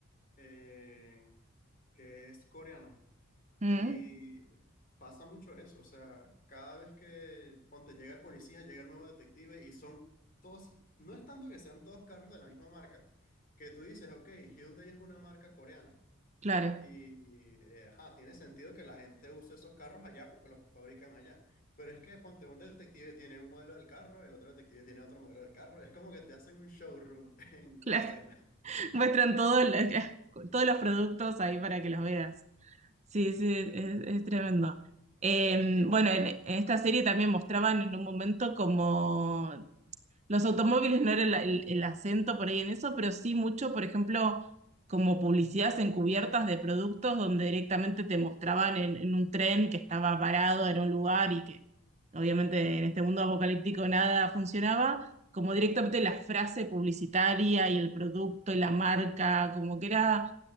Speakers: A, on the left; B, on the right.
A: eh, que es coreana.
B: Mm,
A: Y pasa mucho eso, o sea, cada vez que, ponte, llega el policía, llega el nuevo detective y son todos, no es tanto que sean todos carros de la misma marca, que tú dices, ok, Hyundai es una marca coreana
B: claro,
A: y, eh, ajá, tiene sentido que la gente use esos carros allá porque los fabrican allá. Pero es que, ponte, un detective tiene un modelo del carro, el otro detective tiene otro modelo del carro, es como que te hacen un showroom <laughs> en
B: claro.
A: la escena.
B: <laughs> Muestran todo lo que- <laughs> todos los productos ahí para que los veas. Sí,
A: Sí.
B: sí, es, es tremendo. Eh,
A: ¿Y,
B: bueno, en, en esta serie también mostraban en un momento como Los automóviles no era el, el- el acento por ahí en eso, pero sí mucho, por ejemplo, como publicidades encubiertas de productos donde directamente te mostraban en, en un tren que estaba parado en un lugar y que obviamente en este mundo apocalíptico nada funcionaba, como directamente la frase publicitaria y el producto y la marca, como que era